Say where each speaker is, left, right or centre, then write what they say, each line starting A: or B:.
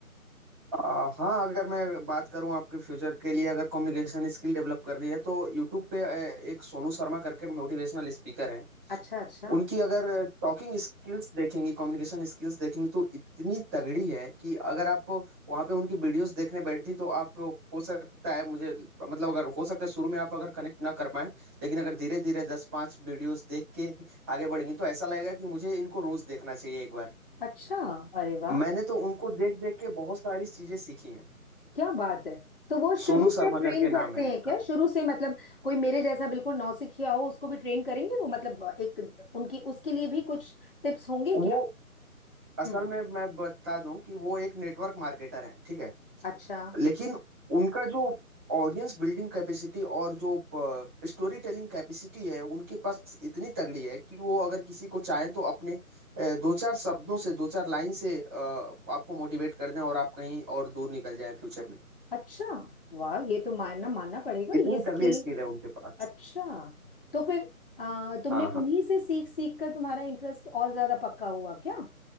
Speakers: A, on the right; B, on the left.
A: आ, हाँ अगर मैं बात करूँ आपके फ्यूचर के लिए अगर कम्युनिकेशन स्किल डेवलप करनी है तो यूट्यूब पे ए, एक सोनू शर्मा करके मोटिवेशनल स्पीकर है
B: अच्छा अच्छा
A: उनकी अगर टॉकिंग स्किल्स देखेंगे कम्युनिकेशन स्किल्स देखेंगे तो इतनी तगड़ी है कि अगर आप वहाँ पे उनकी वीडियोस देखने बैठी तो आप हो सकता है मुझे मतलब अगर हो सकता है शुरू में आप अगर कनेक्ट ना कर पाए लेकिन अगर धीरे धीरे दस पाँच वीडियोस देख के आगे बढ़ेंगे तो ऐसा लगेगा कि मुझे इनको रोज देखना चाहिए एक बार
B: अच्छा अरे वाह
A: मैंने तो उनको देख देख के बहुत सारी चीजें सीखी हैं
B: क्या बात है तो वो शुरू
A: सोनू शर्मा
B: से ट्रेन
A: करके
B: करते
A: नाम है
B: हैं
A: उनका
B: क्या शुरू से मतलब कोई मेरे जैसा बिल्कुल नौसिखिया हो उसको भी ट्रेन करेंगे वो मतलब एक उनकी उसके लिए भी कुछ टिप्स होंगे
A: वो
B: क्या
A: असल
B: हम्म
A: में मैं बता दूं कि वो एक नेटवर्क मार्केटर है ठीक है
B: अच्छा
A: लेकिन उनका जो ऑडियंस बिल्डिंग कैपेसिटी और जो स्टोरी टेलिंग कैपेसिटी है उनके पास इतनी तगड़ी है कि वो अगर किसी को चाहें तो अपने अ, दो चार शब्दों से दो चार लाइन से अ, आपको मोटिवेट कर दें और आप कहीं और दूर निकल जाएं फ्यूचर में
B: अच्छा वाह ये तो मानना मानना पड़ेगा
A: इतनी
B: ये
A: तगड़ी
B: स्किल
A: स्किल है उनके पास
B: अच्छा तो फिर आ, तुमने
A: हाँ हाँ
B: उन्हीं से सीख सीख कर तुम्हारा इंटरेस्ट और ज्यादा पक्का हुआ क्या